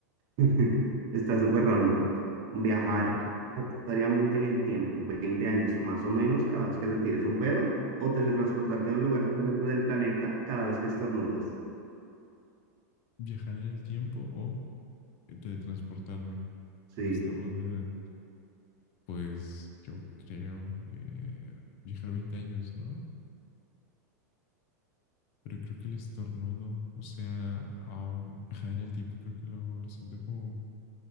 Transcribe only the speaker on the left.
a ver,
viajar en el tiempo o teletransportarme
con esta rodilla. Pues yo creo que viajar 20 años, ¿no? Pero creo que el estornudo, o sea, am, viajar en el tiempo, creo que lo, lo siento como